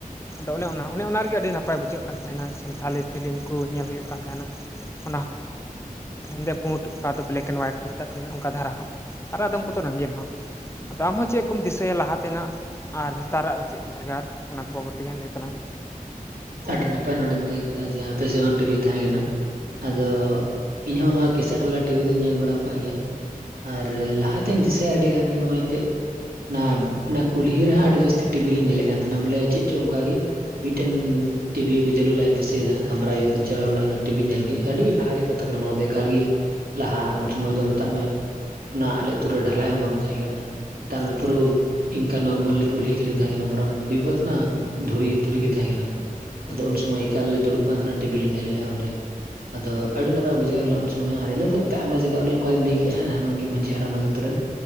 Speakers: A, on the left; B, on the right.
A: ᱟᱫᱚ ᱚᱱᱮ ᱚᱱᱟ ᱚᱱᱮ ᱚᱱᱟ ᱨᱮᱜᱮ ᱟᱹᱰᱤ ᱱᱟᱯᱟᱭ ᱵᱩᱡᱷᱟᱹᱜ ᱠᱟᱱ ᱛᱟᱦᱮᱱᱟ ᱥᱟᱱᱛᱷᱟᱞᱤ ᱯᱷᱤᱞᱤᱢ ᱠᱚ ᱧᱮᱞ ᱦᱩᱭᱩᱜ ᱠᱟᱱ ᱛᱟᱦᱮᱱᱟ᱾ ᱚᱱᱟ ᱦᱮᱸᱫᱮ ᱯᱩᱸᱰ ᱚᱠᱟ ᱫᱚ ᱵᱞᱮᱠ ᱮᱱᱰ ᱣᱟᱭᱤᱴ ᱠᱚ ᱚᱱᱠᱟ ᱫᱷᱟᱨᱟ ᱦᱚᱸ ᱟᱨ ᱟᱫᱚᱢ ᱠᱚᱫᱚ ᱨᱚᱝᱜᱤᱱ ᱦᱚᱸ ᱟᱫᱚ ᱟᱢᱦᱚᱸ ᱪᱮᱫ ᱠᱚᱢ ᱫᱤᱥᱟᱹᱭᱟ ᱞᱟᱦᱟ ᱛᱮᱱᱟᱜ ᱟᱨ ᱱᱮᱛᱟᱨᱟᱜ ᱪᱮᱫ ᱠᱚ ᱵᱷᱮᱜᱟᱨ ᱚᱱᱟ ᱠᱚ ᱵᱟᱵᱚᱛ ᱛᱮᱜᱮ ᱦᱟᱸᱜ ᱞᱟᱹᱭ ᱛᱟᱞᱟᱝ ᱢᱮ
B: ᱟᱹᱰᱤ ᱱᱟᱯᱟᱭ ᱱᱚᱰᱮᱢ ᱞᱟᱹᱭ ᱠᱮᱫᱟ ᱡᱮ ᱟᱯᱮ ᱥᱮᱫ ᱦᱚᱸ ᱴᱤᱵᱷᱤ ᱛᱟᱦᱮᱸ ᱠᱟᱱᱟ ᱟᱫᱚ ᱤᱧ ᱦᱚᱸ ᱱᱚᱣᱟ ᱠᱮᱥᱮᱴ ᱵᱟᱞᱟ ᱴᱤᱵᱷᱤ ᱫᱚᱧ ᱧᱮᱞ ᱵᱟᱲᱟᱣ ᱟᱠᱟᱫ ᱜᱮᱭᱟ᱾ ᱟᱨ ᱞᱟᱦᱟᱛᱤᱧ ᱫᱤᱥᱟᱹᱭᱟ ᱟᱹᱰᱤ ᱜᱟᱱ ᱜᱮ ᱱᱚ ᱚᱭ ᱛᱮᱜ ᱚᱱᱟ ᱚᱱᱟ ᱠᱩᱞᱦᱤ ᱨᱮᱦᱟᱸᱜ ᱟᱹᱰᱤ ᱡᱟᱹᱥᱛᱤ ᱴᱤᱵᱤᱞᱮ ᱧᱮᱞᱮᱫ ᱠᱟᱱ ᱛᱟᱦᱮᱱᱟ ᱵᱚᱞᱮ ᱪᱮᱫ ᱪᱚ ᱚᱱᱠᱟ ᱜᱮ ᱢᱤᱫᱴᱮᱱ
A: ᱢᱮ ᱦᱩᱸ
B: ᱴᱤᱵᱷᱤ ᱦᱚ ᱠᱚ ᱪᱟᱹᱞᱩ ᱞᱮᱫᱼᱟ ᱤᱧ ᱫᱤᱥᱟᱹᱭ ᱫᱟ ᱠᱟᱢᱨᱟ ᱟ. ᱜᱩ ᱠᱟᱛᱮᱧ ᱪᱟᱞᱟᱣ ᱞᱮᱱᱟ ᱤᱧ ᱦᱚᱸ ᱴᱤᱵᱷᱤ ᱧᱮᱞ ᱜᱮ ᱟᱹᱰᱤ ᱞᱟᱦᱟ ᱨᱮᱭᱟᱜ ᱠᱟᱛᱷᱟ ᱠᱟᱱᱟ ᱱᱚᱣᱟ ᱫᱚ ᱮᱠᱟᱞ ᱜᱤ ᱞᱟᱦᱟ ᱩᱱ ᱥᱚᱢᱚᱭ ᱫᱚ ᱢᱮᱛᱟᱜ ᱢᱮ ᱚᱱᱟ ᱟᱞᱮ ᱟᱛᱩ ᱨᱮ ᱰᱷᱟᱞᱟᱭ ᱦᱚᱸ ᱵᱟᱝ ᱛᱟᱦᱮᱸ ᱠᱟᱱᱟ᱾ ᱢᱮᱛᱟᱜ ᱢᱮ
A: ᱟᱪᱪᱷᱟ
B: ᱯᱩᱨᱟᱹ ᱤᱱᱠᱟ ᱱᱚᱨᱢᱟᱞ ᱠᱩᱞᱦᱤ ᱠᱷᱟᱹᱞᱤ ᱛᱟᱦᱮᱸ ᱠᱟᱱᱟ᱾ ᱢᱩᱨᱟᱢ ᱠᱚ ᱜᱤᱰᱤᱠᱟᱜ ᱛᱟᱦᱮᱸᱱᱟ ᱫᱷᱩᱲᱤ ᱫᱷᱩᱲᱤ
A: ᱦᱩᱸ
B: ᱜᱮ ᱛᱟᱦᱮᱸ ᱠᱟᱱᱟ
A: ᱦᱩᱸ
B: ᱟᱫᱚ ᱩᱱ ᱥᱚᱢᱚᱭ ᱮᱠᱟᱞ ᱞᱮ ᱫᱩᱲᱩᱵ ᱠᱟᱱ ᱛᱟᱦᱮᱸᱱᱟ ᱾ ᱴᱤᱵᱤ ᱞᱮ ᱧᱮᱞ ᱞᱮᱜ-ᱟ ᱚᱸᱰᱮ ᱟᱫᱚ ᱟᱹᱰᱤ ᱱᱟᱯᱟᱭ ᱵᱩᱡᱷᱟᱹᱣ ᱞᱮᱱᱟ ᱩᱱ ᱥᱚᱢᱚᱭ ᱦᱚᱸ ᱟᱨ ᱤᱱᱟᱹ ᱯᱚᱨ ᱠᱚᱛᱮ ᱟᱭᱢᱟ ᱡᱟᱭᱜᱟ ᱩᱱᱤ ᱚᱠᱟᱨᱮᱧ ᱞᱟᱹᱭ ᱠᱮᱜ ᱟ ᱢᱟᱹᱡᱷᱤ ᱦᱟᱲᱟᱢ ᱟᱞᱮ ᱫᱚ ᱛᱩᱨᱮᱱ